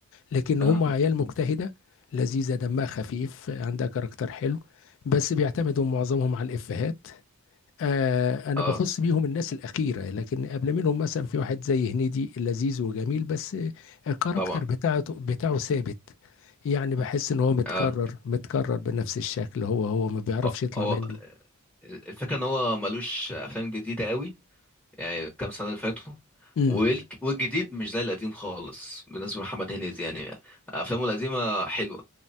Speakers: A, on the left; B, in the centre.
A: لكن
B: اه
A: هم عيال مجتهده لذيذه دمها خفيف عندها كاركتر حلو بس بيعتمدوا معظمهم على الافيهات آه انا
B: اه
A: بخص بيهم الناس الاخيره لكن قبل منهم مثلا في واحد زي هنيدي لذيذ وجميل بس آه، الكاركتر
B: طبعا
A: بتاعته بتاعه ثابت يعني بحس ان هو متكرر
B: اه
A: متكرر بنفس الشكل هو هو ما بيعرفش
B: هو
A: يطلع
B: هو
A: منه
B: الفكرة ان هو ملوش افلام جديدة قوي يعني كام سنة اللي فاتوا
A: امم
B: والج- والجديد مش زي القديم خالص بالنسبة لمحمد هنيدي يعني أفلامه القديمة حلوة